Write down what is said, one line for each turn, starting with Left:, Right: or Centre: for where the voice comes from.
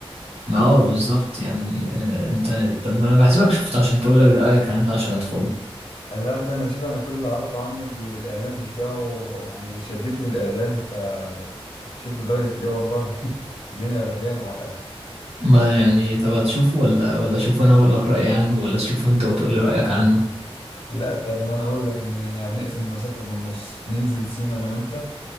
Right: ما هو بالظبط يعني آه، انت طب ما انا بحسبك شفته عشان تقول لي رأيك عن ده عشان ادخله
Left: قال لا ده انا شوف انا كل اللي اعرفه عنه ال- الاعلان بتاعه يعني وشديت للاعلان ف شوف لدرجة ايه والله <laughs> الدنيا لهيانة على الاخر
Right: ما يعني طب هتشوفه ولا ولا اشوفه انا واقول لك رايي عنه ولا تشوفه انت وتقول لي رايك عنه
Left: لا طب ما انا اقول لك ن... يعني نقسم المسافة بالنص ننزل سيما انا وانت